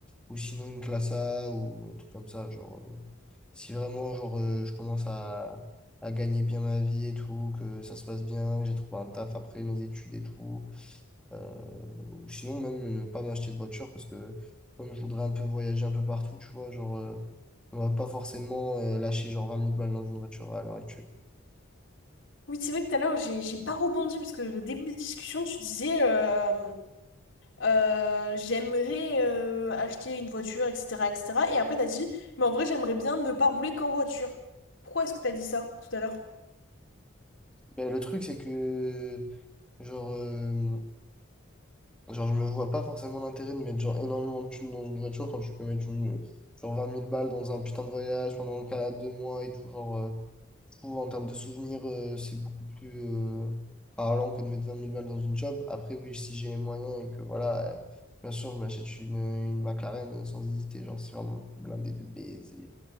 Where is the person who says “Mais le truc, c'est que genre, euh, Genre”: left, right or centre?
Centre